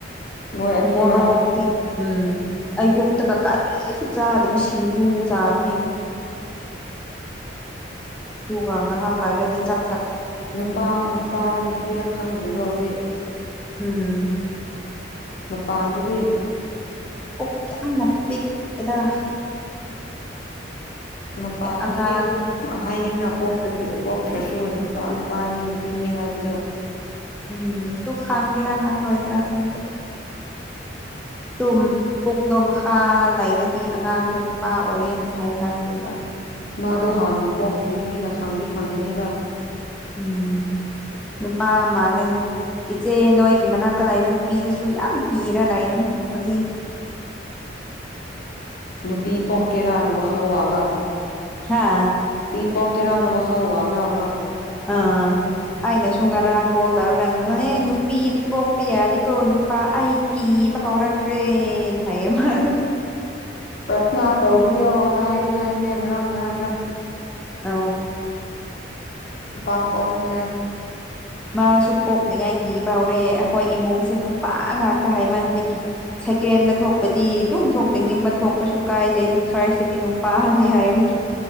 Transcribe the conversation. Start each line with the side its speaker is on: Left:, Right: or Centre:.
Left: ꯃꯣꯏ ꯑꯅꯤꯔ
Centre: ꯃꯣꯔꯣꯛꯛꯇꯤ ꯎꯝ ꯌꯛꯇ ꯀꯥꯀꯥ ꯂꯤꯁꯨ ꯆꯥꯗꯕꯤ ꯁꯤꯡꯖꯨ ꯆꯥꯕꯅꯦ ꯑꯗꯨꯒ ꯉꯥꯏꯍꯥꯛ ꯂꯥꯏꯔꯗꯤ ꯆ
Left: ꯅꯨꯄꯥ ꯅꯨꯄꯥꯔ ꯅꯨꯄꯤꯔ ꯈꯪꯗ꯭ꯔꯤꯕ꯭ꯔꯣ ꯍꯧꯖꯤꯛ
Centre: ꯎꯝ
Left: ꯃꯄꯥꯟꯗꯗꯤ
Centre: ꯑꯣ ꯀꯅ ꯄꯤ ꯑꯦ
Left: ꯃꯄꯗꯤ
Centre: ꯑꯉꯥꯡ
Left: ꯑꯗꯨ ꯑꯗꯨꯝ ꯍꯥꯏꯌꯦꯅ ꯄꯇꯕꯤ ꯄꯣꯛꯇ꯭ꯔꯁꯨꯄꯥ ꯅꯨꯄꯥꯅꯦ ꯅꯨꯄꯤꯅꯦ ꯍꯥꯏꯕꯗꯣ
Centre: ꯎꯝ ꯇꯨꯡ ꯈꯒꯦ ꯔ ꯈꯥꯒ ꯍꯗꯔ ꯈꯪꯗꯦ ꯇꯨꯝ ꯄꯣꯛꯗꯣꯝ ꯍꯥ ꯂꯩꯔꯗꯤ ꯑꯉꯥꯡꯗꯣ ꯅꯨꯄꯥ ꯑꯣꯏꯌꯦꯅꯗꯤ ꯍꯥꯏ ꯀꯥꯟ ꯂꯩꯕ
Left: ꯃꯥꯗꯣ ꯍꯥꯥꯟꯅ ꯄꯣꯀꯤꯕꯅꯤꯅ ꯈꯪꯗꯤ ꯈꯪꯉꯦꯅꯤꯗ
Centre: ꯎꯝ ꯅ ꯄꯥ ꯃꯥ ꯂꯩꯅ ꯏꯆꯦ ꯅꯣꯏꯒꯤ ꯃꯅꯥꯛꯇ ꯂꯥꯛꯏꯕ ꯅꯨꯄꯤꯗꯁꯨ ꯌꯥꯝ ꯀꯤꯔ ꯂꯥꯛꯏꯕꯅꯤ ꯍꯧꯖꯤꯛ <unintelligible>
Left: ꯅꯨꯄꯤ ꯄꯣꯛꯀꯦꯔꯥꯅ ꯋꯥꯈꯥꯎ ꯋꯥꯕ
Centre: ꯍꯥꯥ
Left: ꯄꯣꯛ ꯀꯦꯔꯥꯅ ꯋꯥꯈꯥꯎ ꯋꯥꯕ꯭ꯔꯥ ꯑꯃ
Centre: ꯑꯥ ꯑꯩꯅꯁꯨ ꯉꯔꯥꯡ ꯀꯣꯜ ꯇꯧꯔꯒꯥꯟꯅꯦ ꯅꯨꯄꯤꯗꯤ ꯄꯣꯛꯄ ꯌꯥꯗꯤꯀꯣ ꯅꯨꯄꯥ ꯑꯩ ꯀ ꯕ ꯍꯧꯔꯈ꯭ꯔꯦꯅ ꯍꯥꯏꯌꯦ ꯑꯃ
Left: ꯄ꯭ꯔꯊꯅꯥ ꯇꯧꯕꯤꯌꯣꯅ ꯍꯥꯏꯗꯤ ꯍꯥꯏꯅꯦ ꯃꯔꯛ ꯃꯔꯨꯔꯥꯛꯛꯇ
Centre: ꯑ
Left: ꯄ ꯄꯅꯤꯡꯉ
Centre: ꯃꯥꯁꯨ ꯄꯣꯛꯅꯤꯉꯥꯏ ꯀꯤ ꯐꯧꯔꯦ ꯑꯩꯈꯣꯏ ꯏꯃꯨꯡꯁꯦ ꯅꯨꯄꯥ ꯉꯥꯛꯇ ꯍꯥꯏꯃꯟꯕꯒꯤ ꯁꯦꯀꯦꯟꯗ ꯊꯣꯛꯄꯗꯤ ꯑꯗꯨꯝ ꯊꯣꯛꯅꯤꯡꯅꯤꯡꯕ ꯊꯣꯛꯄꯁꯨ ꯀꯥꯏꯗꯦ ꯑꯗꯨ ꯐꯥꯔꯁꯁꯤꯗꯤ ꯅꯨꯄꯥꯅꯤ ꯍꯥꯏꯕꯒꯤ